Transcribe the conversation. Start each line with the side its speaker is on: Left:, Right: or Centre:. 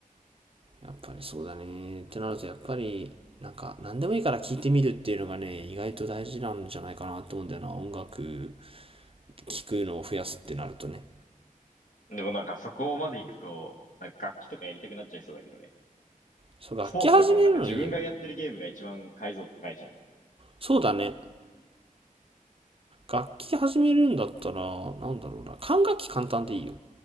Right: やっぱりそうだね。ってなると、やっぱり、なんか、何でもいいから聞いてみるっていうのがね、意外と大事なんじゃないかなと思うんだよな。音楽、聴くのを増やすってなるとね。
Left: でもなんかそこまで行くと、なんか楽器とかやりたくなっちゃいそうだけどね。
Right: そう、楽器始めるのいいよ。
Left: スポーツとかもなんか自分がやってるゲームが一番解像度高いじゃん。
Right: そうだね。楽器始めるんだったら、なんだろうな。管楽器簡単でいいよ。